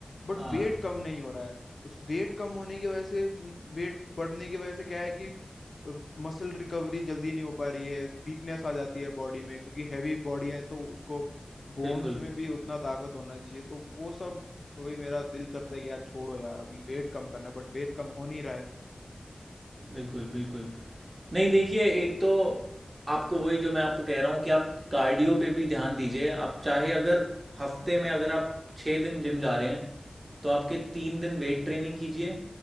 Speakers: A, on the left (about 65°); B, on the right (about 45°).
A: बट
B: हाँ
A: वेट कम नहीं हो रहा है उस वेट कम होने की वजह से वेट बढ़ने की वजह से क्या है कि मसल रिकवरी जल्दी नहीं हो पा रही है वीकनेस आ जाती है बॉडी में क्योंकि हैवी बॉडी है तो उसको बोन्स
B: बिल्कुल
A: में भी उतना ताकत होना चाहिए तो वो सब अभी मेरा दिल करता है कि यार छोड़ो यार अभी वेट कम करना है बट वेट कम हो नहीं रहा है
B: बिल्कुल बिल्कुल नहीं देखिए एक तो आपको वही जो मैं आपको कह रहा हूँ कि आप कार्डियो पे भी ध्यान दीजिए आप चाहे अगर हफ्ते में अगर आप छः दिन जिम जा रहे हैं तो आपके तीन दिन वेट ट्रेनिंग कीजिए